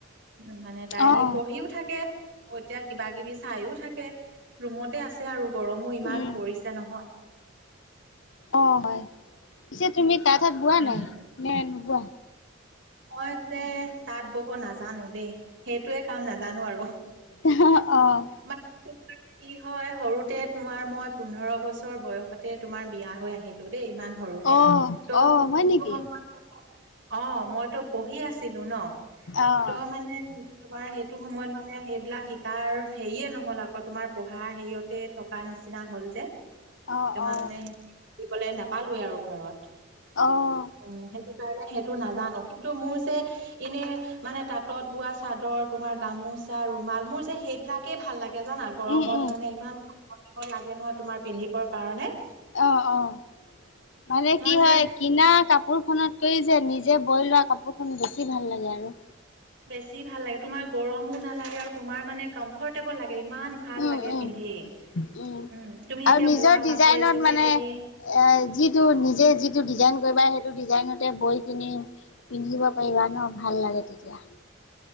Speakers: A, on the right; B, on the left.
A: উ মানে- তাই
B: অ
A: সেই
B: অ
A: পঢ়িও থাকে এতিয়া কিবা কিবি চাইও থাকে। ৰুমতে আছে আৰু গৰমো ইমান
B: উম
A: পৰিছে নহয়।
B: অঁ হঁয় পিছে তুমি তাঁতহাত বোৱা
A: উম
B: নাই নে নোবোৱা?
A: মই যে তাঁত বব নাজানো দেই সেইটোয়ে কাম নাজানো আৰু।
B: আহাহা অঁ।
A: মানে কি হয় সৰুতে তোমাৰ মই পোন্ধৰ বছৰ বয়সতে তোমাৰ বিয়া হৈ আহিলো। আহিলো দেই ইমান সৰুতে
B: অ
A: ত
B: অ হয় নেকি
A: সময়ত- অঁ মই তো পঢ়ি আছিলো ন
B: অ
A: ত মানে- তোমাৰ সেইটো সময়ত মানে সেইবিলাক শিকো- তাৰ হেৰিয়ে নহ'ল আকৌ তোমাৰ পঢ়া হেৰিয়তে থকা নিচিনা হ'ল যে।
B: অ',
A: তোমাৰ
B: অ',
A: মানে শিকিবলৈ নাপালোয়ে আৰু ঘৰত।
B: অ',
A: উমঁ সেইটো কাৰণে সেইটো নাজানো কিন্তু মোৰ যে- এনে মানে তাঁতত বোৱা চাদৰ তোমাৰ গামোচা ৰুমাল মোৰ- যে সেইবিলাকে ভাল লাগে জানা গৰমত
B: উম, উম,
A: মানে ইমান ঘাম মচিব লাগে নহয় তোমাৰ- পিন্ধিবৰ কাৰণে-
B: অঁ অঁ মানে
A: মই
B: কি হয়
A: যে
B: কিনা কাপোৰখনত- কৰি যে নিজে বই লোৱা কাপোৰ খন বেছি ভাল লাগে আৰু।
A: বেছি ভাল লাগে তোমাৰ গৰমো নালাগে আৰু তোমাৰ মানে কমফৰ্টেবল লাগে ইমান- ভাল
B: উম,
A: লাগে
B: উম,
A: পিন্ধি উমঁ
B: উম
A: তুমি
B: আৰু
A: এতিয়া
B: নিজৰ
A: বোৱা
B: ডিজাইনত
A: কাপোৰ এযোৰোকে
B: মানে
A: তুমি।
B: এ যিটো নিজে যিটো ডিজাইন কৰিবা সেইটো ডিজাইনতে বৈ কিনি- পিন্ধিব পাৰিবা ন ভাল লাগে তেতিয়া।